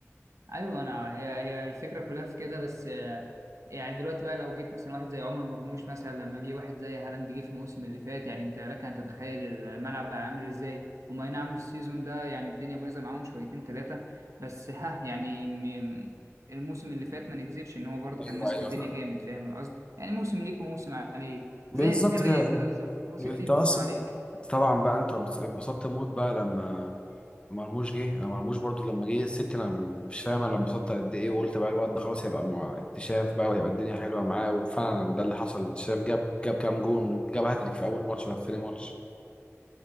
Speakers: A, on the right; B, on the left.
A: ايوه انا هي هي الفكره كلها في كده بس آه، يعني دلوقتي بقى لو جيت مثلا واحد زي عمر مرموش مثلا لما جه واحد زي هالاند جه في الموسم اللي فات يعني انت لك ان تتخيل الملعب بقى عامل ازاي هما أي نعم السيزون ده يعني الدنيا بايظه معاهم شويتين ثلاثه بس ها يعني م- الموسم اللي فات ما نكذبش ان هو برضه
B: ايوه
A: كان ماسك
B: ايوه
A: الدنيا
B: صح.
A: جامد فاهم القصد يعني موسم ليك وموسم عليك
B: بالظبط
A: زي الريال
B: كده
A: كده بالظبط موسم
B: انت
A: ليك
B: اصلا
A: وموسم عليك
B: طبعا بقى انت اتبسطت موت بقى لما مرموش جه انا مرموش برضو لما جه الست انا مش فاهم انا انبسطت قد ايه وقلت بقى الواد ده خلاص هيبقى مع اكتشاف بقى ويبقى الدنيا حلوه معاه وفعلا ده اللي حصل اكتشاف جاب جاب كام جون وجاب هاتريك في اول ماتش ولا في ثاني ماتش